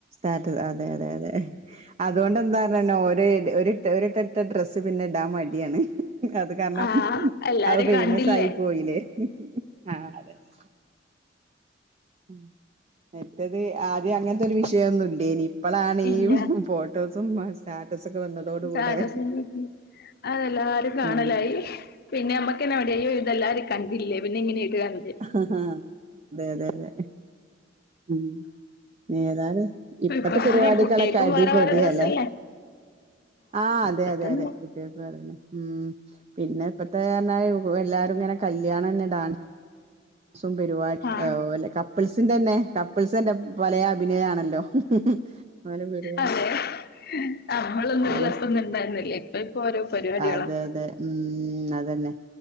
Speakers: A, on the right; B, on the left.
A: അതെ അതെ അതെ അതുകൊണ്ട് എന്താ ഒര് ഒരട്ടട്ട ഡ്രസ് പിന്നെ ഡാം മടിയാണ് അത് കാരണം
B: ആഹ് എല്ലാരും
A: അവ ഫേമസായി
B: കണ്ടില്ലേ
A: പോയില്ലേ, <inaudible> ആഹ് അതെതെതെ ഉ മറ്റേത് ആദ്യം അങ്ങനത്തെ ഒരു വിഷയമൊന്നും ഇല്ലനി ഇപ്പോഴാണ്
B: ഇല്ല
A: ഈ ഫോട്ടോസും സ്റ്റാറ്റസൊക്കെ വന്നതോട
B: സ്റ്റാറ്റസില്
A: കൂടെ
B: അതെല്ലാരും കാണലായി,
A: ഉം അതെ
B: പിന്നെ ഞമ്മക്കന്നെ മടിയായി അയ്യോ ഇതെല്ലാരും കണ്ടില്ലേ പിന്നെ ഇങ്ങനെ ഇടാന്ന്
A: ആ അതെ അതെ അതെ ഉം, ഏതായാലും ഇപ്പത്തെ
B: ഇപ്പ അങ്ങനെ
A: പരിപാടികളൊക്കെ
B: കുട്ടികക്കും
A: അടിപൊളിയാല്ലെ
B: വേറെ വേറെ ഡ്രസ്സല്ലേ
A: ആഹ് അതെ,
B: ഇപ്പ
A: അതെ,
B: തന്നെ
A: അതെ കുട്ടികൾക്കും അതന്നെ, ഉം പിന്നെ ഇപ്പത്തെന്നഞ്ഞാൽ എല്ലാരും ഇങ്ങനെ കല്യാണം തന്നെ ഡാൻസ് പരിപാടി
B: ആഹ്
A: ഓലെ <unintelligible> ന്നെ കപ്പിൾസിന്റെന്നെ കപ്പിൾസ് എന്റെ പല അഭിനയ ആണല്ലോ <unintelligible>
B: അതെ നമ്മളൊന്നും
A: ഓലെ,
B: ഉള്ളപ്പൊന്നും ഉണ്ടായിരുന്നില്ല ഇപ്പ ഇപ്പൊ ഓരോ പരിപാടികളാ
A: അതെ അതെ ഉം അതെ പിന്നെ